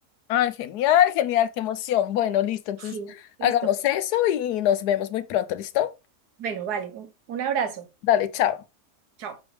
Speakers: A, on the left; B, on the right.
A: ah genial, genial, qué emoción. Bueno, listo. Entonces,
B: Sí. Listo.
A: hagamos eso y nos vemos muy pronto, ¿listo?
B: Bueno, vale, un un abrazo.
A: Dale, chao.
B: Chao.